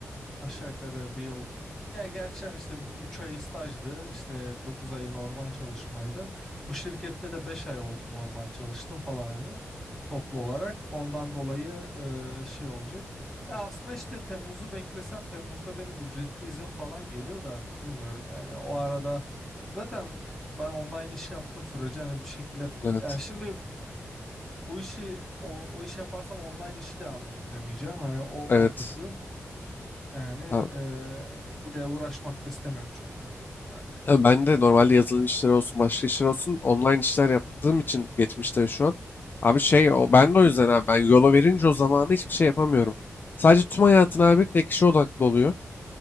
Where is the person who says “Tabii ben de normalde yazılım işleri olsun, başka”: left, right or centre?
Left